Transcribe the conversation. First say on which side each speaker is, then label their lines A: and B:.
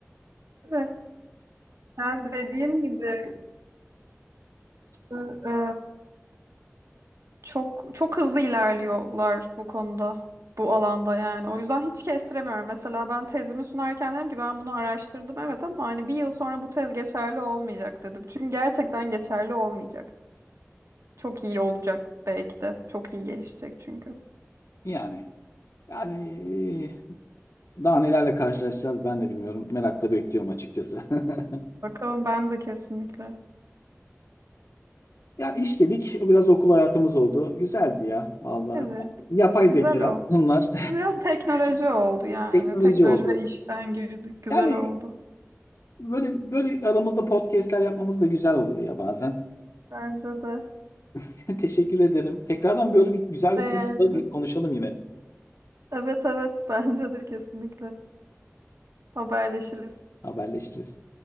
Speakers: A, on the right; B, on the left.
A: Evet. Ben dediğim gibi e, e, çok çok hızlı ilerliyorlar bu konuda, bu alanda yani. O yüzden hiç kestiremiyorum. Mesela ben tezimi sunarken dedim ki ben bunu araştırdım evet ama hani bir yıl sonra bu tez geçerli olmayacak dedim. Çünkü gerçekten geçerli olmayacak. Çok iyi olacak belki de. Çok iyi gelişecek çünkü.
B: Yani yani daha nelerle karşılaşacağız ben de bilmiyorum. Merakla bekliyorum açıkçası. <laughs>
A: Bakalım ben de kesinlikle.
B: Yani iş dedik, biraz okul hayatımız oldu. Güzeldi ya vallahi.
A: Evet,
B: Yani Yapay zeka
A: güzel o.
B: bunlar
A: Biraz teknoloji oldu yani.
B: <laughs> teknoloji
A: Teknoloji
B: oldu.
A: ve işten girdik. Güzel
B: Yani
A: oldu.
B: böyle böyle aramızda podcastler yapmamız da güzel oluyor ya bazen.
A: Bence de
B: <laughs> Teşekkür ederim. Tekrardan böyle bir güzel
A: beğendim.
B: bir konuda bir konuşalım yine.
A: Evet evet bence de kesinlikle. Haberleşiriz.
B: Haberleşiriz.